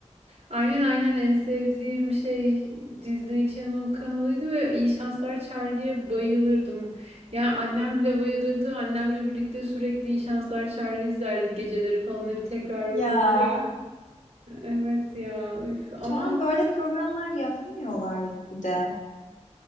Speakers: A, on the right; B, on the left.
A: Aynen aynen en sevdiğim şey Disney Channel kanalıydı ve İyi Şanslar Charlie'ye bayılırdım. Yani annem bile bayılırdı. Annemle birlikte sürekli İyi Şanslar Charlie izlerdik geceleri falan hep tekrar olurdu
B: Ya
A: ya. Evet ya üf ama
B: şu an böyle programlar yapamıyorlar bir de.